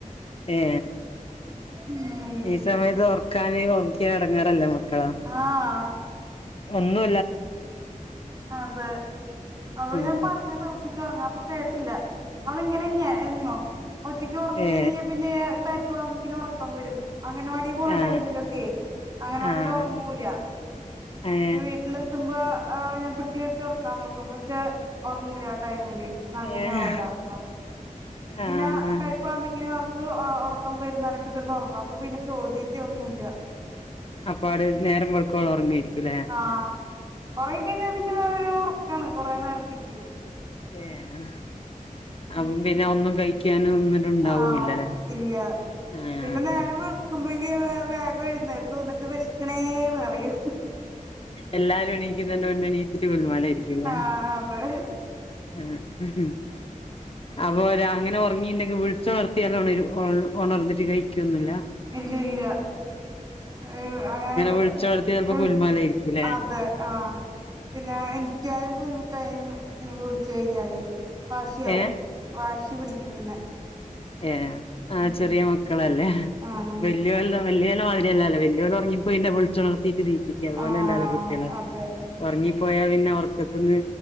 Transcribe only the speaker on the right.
ഉം
ആഹ്
അതെ അവളോട്
ഞാൻ പറഞ്ഞതാ ഉച്ചക്ക് ഒറങ്ങ അപ്പൊ കേട്ടില്ല അവള ഇങ്ങനെന്നെയാ എന്നും ഉച്ചക്ക് ഉറങ്ങീല്ലെങ്കി
പിന്നെ ക വുമ്പോക്കിന് ഒറക്കം വരും അങ്ങനവാടി പോണ
ടൈമിലൊക്കെ അങ്ങനവാടില്
ഒറങ്ങൂല
ന്റെ വീട്ടില് ത്തുമ്പോ ഞാൻ പിടിച്ചുനിർത്തി ഉറക്കാൻ നോക്കും പക്ഷെ ഉറങ്ങൂല ആ ടൈമില് നാലുമണി
ആവുമലോ അപ്പ പിന്നെ
<unintelligible> ആൾ അ ഉറക്കം വരുമ്ന്ന് പറഞ്ഞിട്ട് കിടന്ന് ഉറങ്ങും അപ്പൊ പിന്നെ ചോറുതീറ്റ ഒന്നുംല്ല
ആ ഒറങ്ങിക്കഴിഞ്ഞാ പിന്നെ ഒരു ക്കാണ് കൊറെ നേരത്തിക്ക്
ആ ഇല്ല
പിന്നെ നേരം
വെളുക്കുമ്പെഴക്ക് വേഗം എഴുന്നേക്കും ന്നിട്ട് വെശക്കണേന്ന് പറയും
ആഹ് അതെ
ഇല്ല ഇല്ല ഏഹ് അങ്ങനെ
എ <unintelligible>
അതെ ആ പിന്നെ എനിക്കാരേം ബുദ്ധിമുട്ട് ടൈമ് വിളിച്ച് കഴിഞ്ഞാല് വാശിയാവും
വാശി പിടിക്കും പിന്നെ
ഉം
ആഹ്
ആഹ്
അതെ ഉം